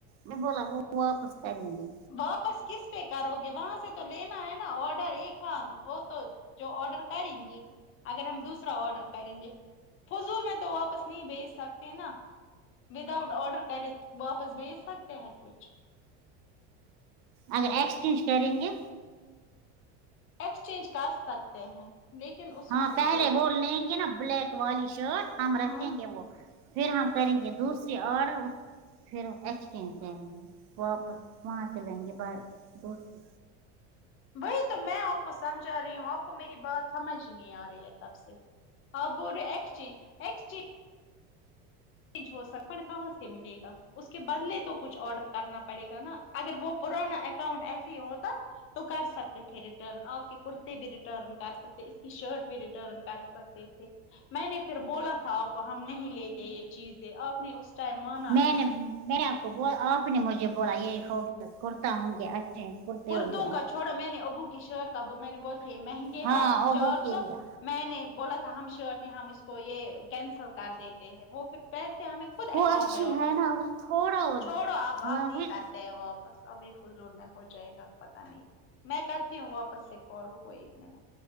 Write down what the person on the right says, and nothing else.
میں بولا وہ واپس کریں گے
اگر ایکسچینج کریں گے
ہاں
پہلے
وہ لیں گے نا بلیک والی شرٹ ہم رکھیں
گے وہ پھر ہم کریں گے دوسری اور پھر ایکسچینج کریں گے واپس وہاں چلیں گے دوست سے
میں
نے میں آپ کو آپ نے مجھے بولا یہ ہوگ کرتا ہوں گے اچھے کرتے
ہوں گے
ہاں
اور
وہ کے
لیے
وہ
اچھی
ہے نا اس تھوڑا وہ
لانگویج